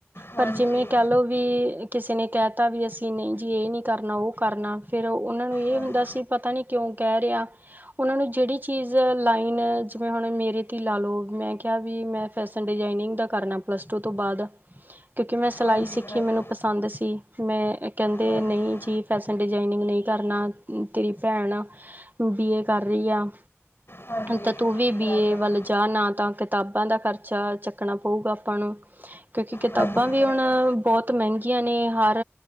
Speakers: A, on the left; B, on the right.
A: ਹਾਂਜੀ
B: ਪਰ ਜਿਵੇਂ ਕੈਲੋ ਵੀ ਕਿਸੇ ਨੇ ਕਹਿ ਤਾ ਵੀ, ਅਸੀਂ ਨਹੀਂ ਜੀ ਇਹ ਨਹੀਂ ਕਰਨਾ, ਉਹ ਕਰਨਾ ਫਿਰ ਉਹਨਾਂ ਨੂੰ ਇਹ
A: ਹਾਂਜੀ
B: ਹੁੰਦਾ, ਸੀ ਪਤਾ ਨਹੀਂ? ਕਿਉਂ ਕਹਿ ਰਹੇ ਹਾਂ? ਓਨਾਂ ਨੂੰ ਜੇੜੀ ਚੀਜ਼, ਲਾਈਨ ਜਿਵੇਂ ਹੁਨ ਮੇਰੇ ਤੇ ਈ ਲਾਲੋ, ਮੈਂ ਕੇਆ ਵੀ ਮੈਂ ਫੈਸਨ ਡਿਜ਼ਾਇਨਿੰਗ ਦਾ ਕਰਨਾ, ਪਲਸ ਟੂ ਤੋ ਬਾਦ ਕਉ ਕਿ, ਮੈਂ ਸਿਲਾਈ
A: ਹਾਂਜੀ
B: ਸਿੱਖੀ,
A: ਕਰਾਂਗਾ
B: ਮੈਨੂੰ ਪਸੰਦ ਸੀ, ਮੈਂ ਕਹਿੰਦੇ,
A: ਹਾਂਜੀ
B: ਨਹੀਂ ਜੀ ਫੈਸ਼ਨ ਡਿਜ਼ਾਇਨਿੰਗ ਨਹੀਂ, ਕਰਨਾ ਤੇਰੀ ਭੈਣ? ਬੀਏ, ਕਰ ਰਹੀ ਆ
A: ਹਾਂਜੀ
B: ਤਾਂ ਤੂੰ ਵੀ, ਬੀ
A: ਬਰਾਬਰ
B: ਏ ਵੱਲ?
A: ਹੈ
B: ਜਾਂ, ਨਾ ਤਾਂ ਕਿਤਾਬਾਂ ਦਾ ਖਰਚਾ, ਚੱਕਣਾ ਪਊਗਾ ਆਪਾਂ ਨੂੰ। ਕਉਂ ਕਿ, ਕਿਤਾਬਾ
A: ਹਾਂਜੀ
B: ਵੀ
A: ਕਰਾਂਗਾ
B: ਹੁਣ ਬੋਤ ਮੈਂਗੀ ਜਨੀ, ਹਰ